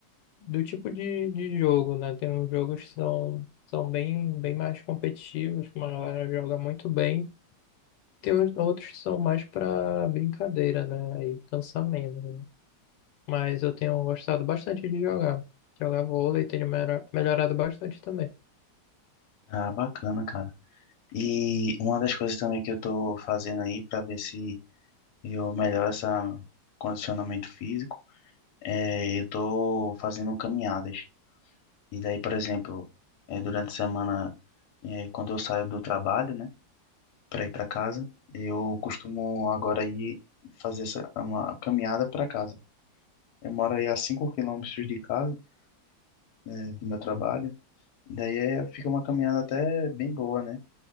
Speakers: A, on the left; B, on the left.
A: do tipo de, de jogo, né? Tem uns jogos que são, são bem, bem mais competitivos, que uma galera joga muito bem. Tem os- outros que são mais pra brincadeira, né? Aí cansa menos, né? Mas eu tenho gostado bastante de jogar. Jogar vôlei tenho melhora- melhorado bastante também.
B: Ah, bacana, cara. E uma das coisas também que eu tô fazendo aí para ver se eu melhoro esse condicionamento físico, é, eu tô fazendo caminhadas. E daí, por exemplo, é, durante a semana, é, quando eu saio do trabalho, né, para ir para casa, eu costumo agora ir fazer essa, uma caminhada para casa. Eu moro aí a 5 quilômetros de casa, né, do meu trabalho. Daí é, fica uma caminhada até bem boa, né?